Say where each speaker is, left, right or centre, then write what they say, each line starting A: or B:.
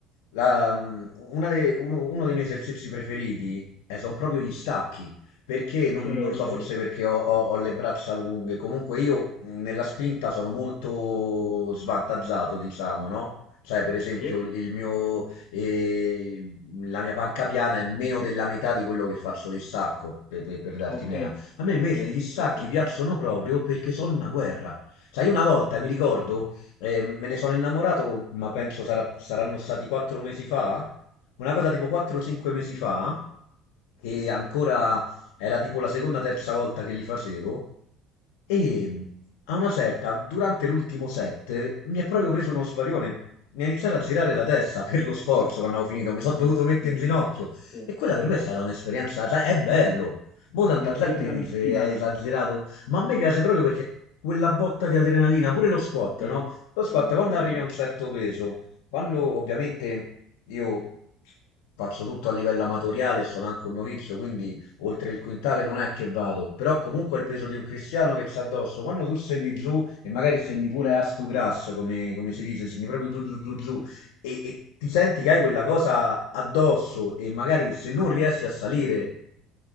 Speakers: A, on the left (about 85°); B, on the left (about 55°).
A: la- mm, una de- uno, uno dei miei esercizi preferiti sono proprio gli stacchi. Perché, non,
B: sì,
A: non lo
B: belli.
A: so, forse perché ho, ho- ho le braccia lunghe. Comunque io mm, nella spinta sono molto svantaggiato, diciamo, no? Cioè, per esempio,
B: Sì?
A: il il mio, eh, la mia panca piana è meno della metà di quello che faccio di stacco, per per- per darti
B: Ok,
A: un'idea. A me
B: ok,
A: invece gli stacchi
B: sì, sì,
A: piacciono
B: sì,
A: proprio perché sono una guerra. Sai, una volta mi ricordo, eh, me ne sono innamorato, ma penso sarà- saranno stati quattro mesi fa, una cosa tipo 4-5 mesi fa, che ancora era tipo la seconda, o terza volta che li facevo, e mm, a una certa, durante l'ultimo set, mi è proprio preso uno svarione. Mi ha iniziato a girare la testa per lo sforzo quando avevo
B: sì,
A: finito, mi sono
B: sì,
A: dovuto mettere
B: sì,
A: in ginocchio.
B: sì. È
A: E quella per me è stata un'esperienza, sai, è bello, Mo' tanta
B: un'esperienza
A: gente dice
B: mistica.
A: è esagerato, ma a me piace proprio perché quella botta di adrenalina, pure lo squat,
B: Sì,
A: no? Lo
B: sono
A: squat
B: d'accordo.
A: quando arrivi a un certo peso, quando ovviamente io faccio tutto a livello amatoriale, sono anche un novizio, quindi oltre il quintale non è che vado, però comunque è il peso di un cristiano che c'ha addosso, quando tu scendi giù e magari scendi pure a stu grass, come, come si dice, scendi proprio giù giù giù giù e, e ti senti che hai quella cosa addosso e magari se non riesci a salire